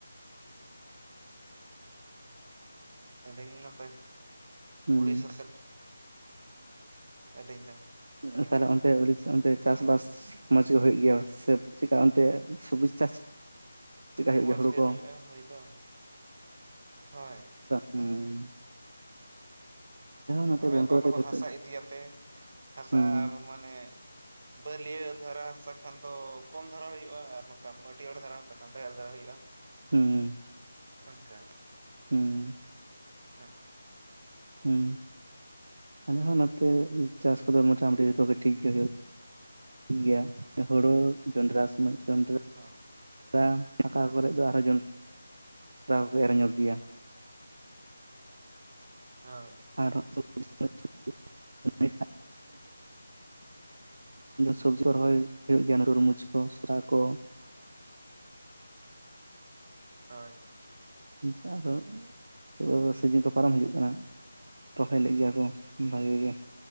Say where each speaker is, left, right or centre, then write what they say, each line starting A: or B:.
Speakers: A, on the right; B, on the right.
A: ᱮᱸᱰᱮᱜᱮ ᱱᱚᱛᱮ
B: ᱦᱮᱸ
A: ᱩᱲᱤᱥᱥᱟ ᱥᱮᱫ ᱟᱹᱞᱤᱧ ᱫᱚ
B: ᱦᱩᱸᱻ
A: ᱦᱳᱭ
B: ᱛᱟᱦᱞᱮ ᱚᱱᱛᱮ ᱩᱲᱤᱥᱥᱟ ᱚᱱᱛᱮ ᱪᱟᱥ ᱵᱟᱥ ᱢᱚᱸᱡᱽ ᱜᱮ ᱦᱩᱭᱩᱜ ᱜᱮᱭᱟ ᱥᱮ ᱪᱮᱠᱟ ᱚᱱᱛᱮ ᱥᱚᱵ ᱪᱟᱥ? ᱪᱮᱫᱠᱟ ᱦᱩᱭᱩᱜ
A: ᱢᱚᱸᱡᱽ
B: ᱜᱮᱭᱟ ᱦᱳᱲᱳ
A: ᱜᱮ
B: ᱠᱚ
A: ᱦᱩᱭᱩᱜᱼᱟ ᱦᱩᱭ ᱫᱚ ᱦᱳᱭ
B: ᱦᱩᱸᱻ
A: ᱦᱮᱸ
B: ᱱᱚᱛᱮ
A: ᱱᱚᱱᱰᱮᱫᱚ
B: ᱵᱮᱝᱜᱚᱞ
A: ᱫᱚ ᱚᱱᱟ
B: ᱨᱮ
A: ᱫᱚ
B: ᱡᱚᱛᱚ
A: ᱦᱟᱥᱟ ᱤᱫᱤᱭᱟᱛᱮ ᱦᱟᱥᱟ
B: ᱦᱩᱸ
A: ᱢᱟᱱᱮ ᱵᱟᱹᱞᱭᱟᱹ ᱫᱷᱟᱨᱟ ᱦᱟᱥᱟ ᱠᱷᱟᱱ ᱫᱚ ᱠᱚᱢ ᱫᱷᱟᱨᱟ ᱦᱩᱭᱩᱜᱼᱟ ᱟᱨ ᱱᱚᱝᱠᱟ ᱢᱟᱹᱴᱭᱟᱹᱲ ᱫᱷᱟᱨᱟ ᱦᱟᱥᱟ ᱠᱷᱟᱱ ᱰᱷᱮᱸᱨ ᱫᱷᱟᱨᱟ ᱦᱩᱭᱩᱜᱼᱟ᱾
B: ᱦᱩᱸ᱾
A: ᱚᱱᱠᱟ
B: ᱦᱮᱸ᱾
A: ᱦᱮᱸ᱾
B: ᱩ ᱟᱞᱮᱦᱚᱸ ᱱᱚᱛᱮ ᱪᱟᱥ ᱠᱚᱫᱚ ᱢᱳᱴᱟᱢᱩᱴᱤ ᱡᱚᱛᱚ ᱜᱮ ᱴᱷᱤᱠ ᱜᱮ ᱦᱩᱭᱩᱜᱼᱟ᱾ ᱴᱷᱤᱠ ᱜᱮᱭᱟ᱾ ᱦᱳᱲᱳ, ᱡᱚᱱᱰᱨᱟ, ᱥᱢᱚᱭ ᱡᱚᱱᱰᱨᱟ
A: ᱦᱚᱸ᱾
B: <unintelligible> ᱠᱚᱨᱮᱫ ᱫᱚ ᱟᱨᱦᱚ ᱡᱚᱱᱰᱨᱟ <unintelligible> ᱠᱚᱠᱚ ᱮᱨ ᱧᱚᱜ ᱜᱮᱭᱟ᱾
A: ᱦᱳᱭ᱾
B: ᱟᱨ ᱦᱚᱛᱚ <unintelligible> <unintelligible> ᱥᱚᱵᱽᱡᱤ ᱠᱚ ᱨᱚᱦᱚᱭ ᱦᱩᱭᱩᱜ ᱜᱮᱭᱟ᱾ ᱛᱩᱨᱢᱩᱡᱽ
A: ᱦᱳᱭ
B: ᱠᱚ ᱥᱚᱥᱟ ᱠᱚ
A: ᱦᱳᱭ᱾
B: ᱡᱟ ᱫᱚ ᱥᱤᱡᱤᱱ ᱠᱚ ᱯᱟᱨᱚᱢ ᱦᱤᱡ ᱠᱟᱱᱟ ᱨᱚᱦᱚᱭ ᱞᱮᱫ ᱜᱮᱭᱟ ᱠᱚ ᱵᱷᱟᱹᱜᱤ ᱜᱮᱭᱟ᱾